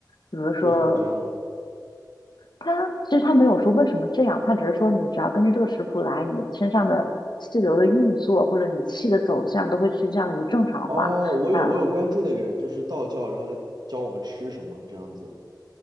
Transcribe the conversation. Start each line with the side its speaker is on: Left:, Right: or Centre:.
Left: 比如说
Right: 为什么这样呢？
Left: 他其实他没有说为什么这样，他只是说你只要根据这个食谱来，你身上的气流的运作或者你气的走向都会趋向于正常化。
Right: 哦，我有我有关注那个人，
Left: 啊，
Right: 就是道教，然后他教我们吃什么这样子。